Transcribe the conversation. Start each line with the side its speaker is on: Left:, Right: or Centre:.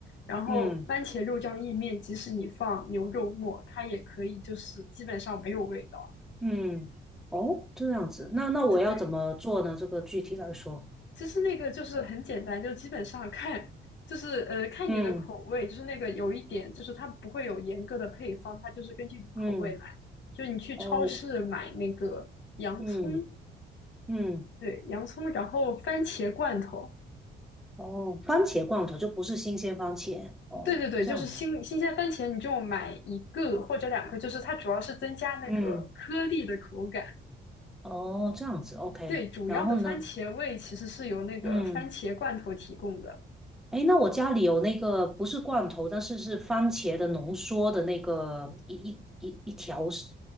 Left: 然后番茄肉酱意面，
Centre: 嗯。
Left: 即使你放牛肉末，它也可以，就是基本上没有味道。
Centre: 嗯，哦，这样子，那那我要怎么做呢？
Left: 对对，
Centre: 这个具体来说，
Left: 其实那个就是很简单，就基本上看，就是呃看你的口味，
Centre: 嗯
Left: 就是那个有一点，就是它不会有严格的配方，它就是根据你口味来。
Centre: 嗯，
Left: 就你去超市买那个洋葱，
Centre: 哦，嗯嗯，
Left: 对，洋葱，然后番茄罐头，
Centre: 哦，番茄罐头就不是新鲜番茄，哦，
Left: 对对对，
Centre: 这样子，
Left: 就是新新鲜番茄，你就买一个或者两个，就是它主要是增加那个颗粒的口感。
Centre: 嗯，哦，这样子，OK，
Left: 对，主要的番茄味其实是由那个番茄罐头提供的。
Centre: 然后呢，嗯，诶，那我家里有那个不是罐头，但是是番茄的浓缩的那个一一一一条是